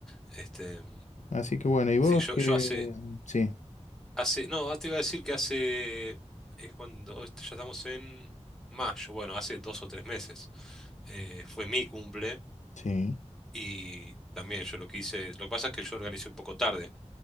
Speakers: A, in the centre; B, on the left.
A: Este,
B: Así que bueno, ¿y vos
A: sí, yo,
B: qué?
A: yo hace,
B: Sí,
A: hace, no, ah, te iba a decir que hace, es cuando, hoy ya estamos en mayo, bueno, hace dos o tres meses, eh, fue mi cumple
B: sí,
A: Y también yo lo que hice, lo que pasa es que yo organicé un poco tarde,